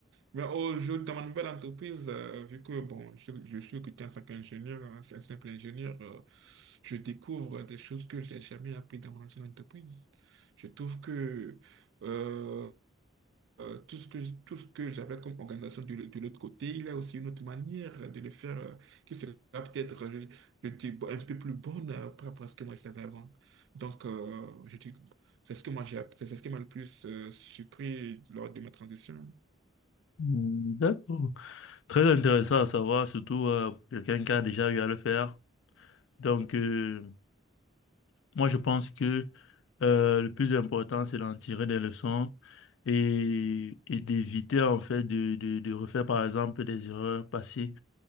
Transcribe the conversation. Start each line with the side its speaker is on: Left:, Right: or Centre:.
Right: Mais aujourd'hui, dans ma nouvelle entreprise, euh, vu que bon, je, je suis recruté en tant qu'ingénieur, hein, c'est un simple ingénieur, euh, je découvre des choses que j'ai jamais appris dans mon ancienne entreprise. Je trouve que euh, euh, tout ce que, tout ce que j'avais comme organisation de, de l'autre côté, il y a aussi une autre manière de le faire euh, qui sera peut-être, euh, je, dis, bo- un peu plus bonne euh, par rapport à ce que moi je savais avant. Donc, euh, je dis, c'est ce que moi j'ai appris, c'est ce qui m'a le plus euh, surpris lors de ma transition.
Left: Hmm, D'accord. Très intéressant à savoir, surtout euh, pour quelqu'un qui a déjà eu à le faire. Donc, euh, moi, je pense que euh, le plus important, c'est d'en tirer des leçons et, et d'éviter, en fait, de, de, de refaire, par exemple, des erreurs passées.